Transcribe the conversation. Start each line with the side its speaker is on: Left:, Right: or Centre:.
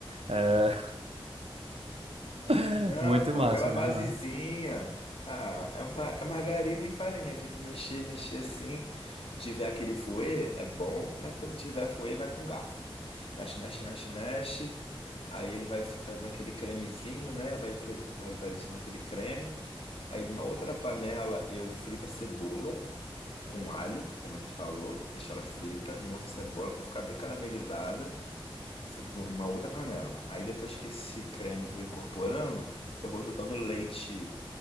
Right: É... <laughs>
Left: Ah,
Right: Muito
Left: pô,
Right: massa,
Left: aquela basezinha.
Right: muito massa.
Left: Ah, é, ma é margarina e farinha. Tem que mexer, mexer assim. Se tiver aquele fouet, é bom, mas se não tiver fouet, vai com garfo. Mexe, mexe, mexe, mexe. Aí ele vai ficando aquele cremezinho, né? Vai, cre- vai, vai deixando aquele creme. Aí, numa outra panela, eu frito a cebola com alho, como a gente falou. Deixo ela frita. Numa outra cebola, até ficar bem caramelizada. de uma outra panela. Aí depois que esse creme for incorporando, eu vou jogando leite,